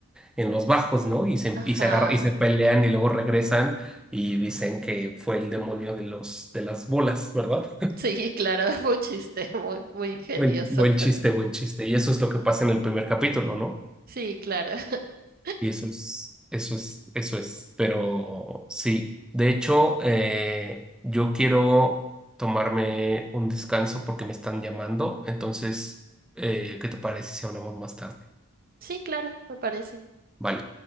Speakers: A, in the centre; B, on the right.
A: en los bajos, ¿no? Y se,
B: Ajá,
A: y se agarra, y se pelean y luego regresan y dicen que fue el demonio de los, de las bolas, ¿verdad?
B: sí, claro, <laughs> fue un chiste muy, muy ingenioso.
A: Buen, buen chiste, buen chiste. Y eso es lo que pasa en el primer capítulo, ¿no?
B: Sí, claro, <laughs>
A: Y eso es, eso es, eso es. Pero sí, de hecho, eh, yo quiero tomarme un descanso porque me están llamando. Entonces, eh, ¿qué te parece si hablamos más tarde?
B: sí, claro, me parece.
A: Vale.